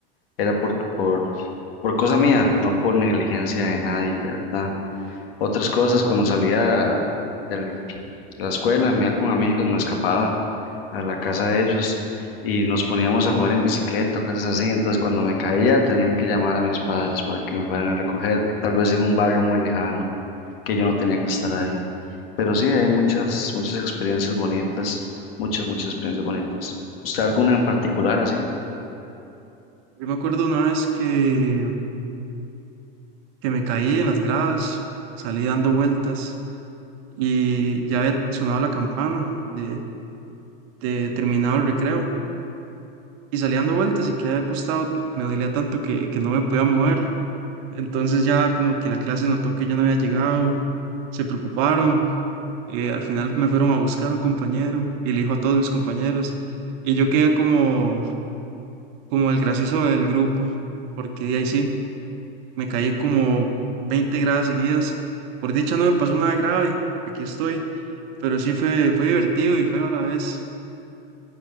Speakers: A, on the left; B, on the right.
A: era por, por, por cosa mía, no por negligencia de nadie, ¿verdad? Otras cosas, cuando salía del- de la escuela, me iba con amigos, me escapaba a la casa de ellos y nos poníamos a jugar en bicicleta, cosas así. Entonces, cuando me caía, tenían que llamar a mis padres para que me fueran a recoger, tal vez en un barrio muy lejano, que yo no tenía que estar ahí. Pero sí, hay muchas, muchas experiencias bonitas, muchas, muchas experiencias bonitas. ¿Usted alguna en particular así?
B: Yo me acuerdo una vez que, que me caí en las gradas, salí dando vueltas y ya había sonado la campana de, de terminado el recreo. y salía dando vueltas y que había acostado, me dolía tanto que, que no me podía mover. Entonces ya como que la clase notó que yo no había llegado, se preocuparon, eh, al final me fueron a buscar un compañero y le dijo a todos mis compañeros y yo quedé como, como el gracioso del grupo, porque de ahí sí, me caí como 20 gradas seguidas. Por dicha no me pasó nada grave, aquí estoy, pero sí fue, fue divertido y feo a la vez.